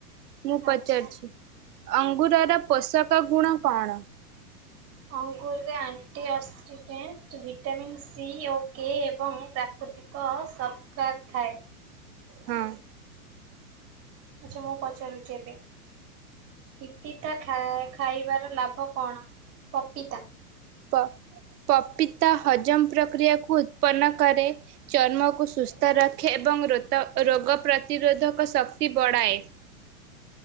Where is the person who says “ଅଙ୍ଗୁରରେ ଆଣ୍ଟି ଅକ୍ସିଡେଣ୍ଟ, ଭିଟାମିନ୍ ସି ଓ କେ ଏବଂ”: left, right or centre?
Right